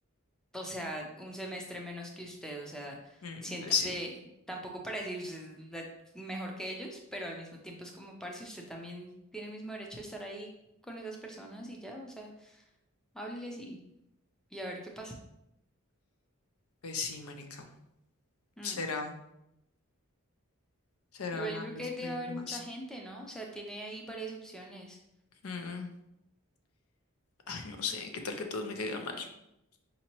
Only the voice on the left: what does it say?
Mm,
pues sí,
pues sí, marica.
Será. será
hablarles
muy
más.
Mm, Ay, no sé, ¿qué tal que todos me caigan mal?